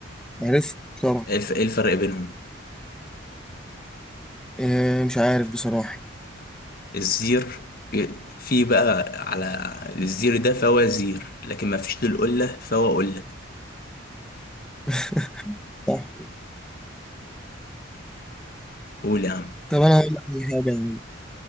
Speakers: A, in the centre; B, on the left.
A: عرفت طبعا
B: ايه الف- إيه الفرق بينهم
A: إيه مش عارف بصراحه
B: الزير إيه، في بقى على الزير ده فهو زير لكن ما فيش للقلة فهو قلة
A: <laughs> صح
B: قول يا عم
A: طب انا هقول لك على حاجه يعني.